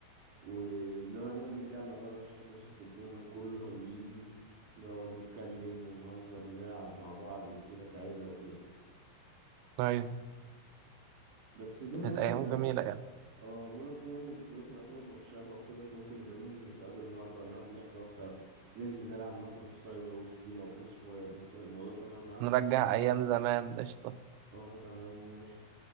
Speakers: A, on the right; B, on the right.
A: ونقعد نقعد نتجمع بقى مفيش حد ماسك تليفونه كله كان بيجي نقعد نتكلم ونهزر ونلعب مع بعض وكده كعيلة وكده
B: طيب
A: بس بما
B: كانت
A: إن
B: أيام
A: إحنا
B: جميلة يعني
A: اه بقولك بما ان طفولتنا يعتبر متشابهة وكده فممكن نبقى ننزل نتقابل مرة نقعد نحكي اكتر ننزل نلعب مثلا في سايبر وولف تيم او كروس فاير انت الموضوع تمام معاك؟
B: نرجع أيام زمان قشطة
A: اه تمام ماشي